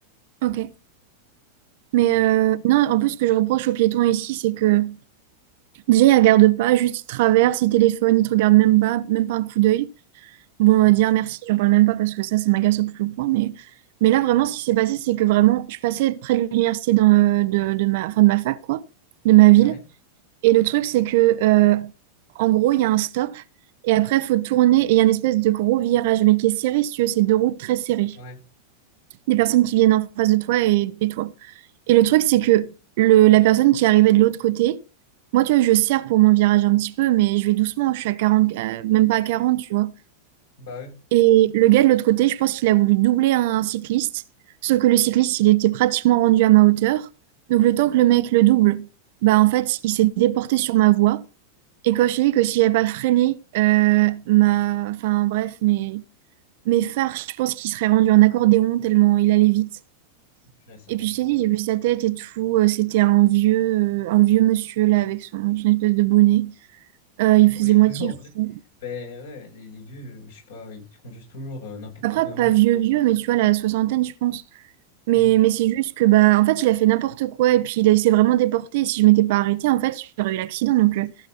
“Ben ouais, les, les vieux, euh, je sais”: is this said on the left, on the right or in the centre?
Left